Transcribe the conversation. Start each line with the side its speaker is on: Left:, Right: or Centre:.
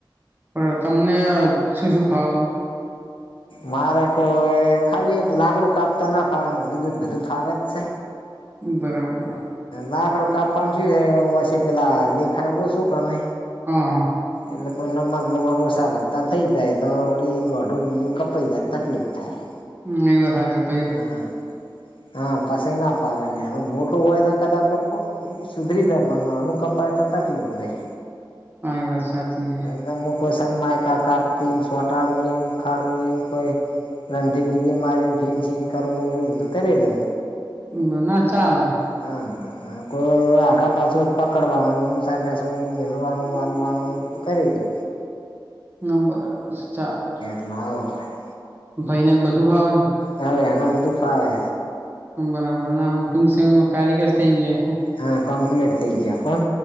Right: બ તમને શું શું ફાવ એમ?
Left: મારે કો ખાલી એક લાકડું કાપતા ના ફાવે બીજું જ બધું ફાવે જ છે
Right: બરાબર
Left: લાકડું કાપવાનું શું હે પછી પેલા દેખાય ઓસુ કેનય
Right: <inaudible>
Left: એટલે કોઈ નમર બમર ઓસા વત્તા થઈ જાય તો વળી દોઢું બીજું કપાઈ જાય તકલીફ થાય
Right: હમ્મ એ વાત હાચી.
Left: હા હા પસી ના ફાવેને એનું મોટું હોય તો કદાક કબ બો સુધરી જાય પણ નાનું કપાય તો તકલીફ રેય.
Right: અહીં વરસાદી હેય.
Left: કે મુ કો સન માયકા કા કાપવી શોટાડવી ને ઉખાડવી કોઈ રંધી બીજી મારીને ફિનશિંગ કરવુંને એવું બધું કરી દઉં.
Right: બના ચા લે
Left: હા. હા કો આઘા પાસુ જ પકડવાનું ઉસાનેસું, મેલવાનું, આલવાનું. <unintelligible> તો.
Right: ના બરાબર ચાલ.
Left: નાહવા હોય.
Right: ભઈને બધું ફાવે?
Left: હવે એનું બધું ફાવે.
Right: બરાબર આમ ટૂંક સમયમાં કારીગર થઇ ગઈ
Left: હ કોમપ્લીટ થઈ ગયા કોન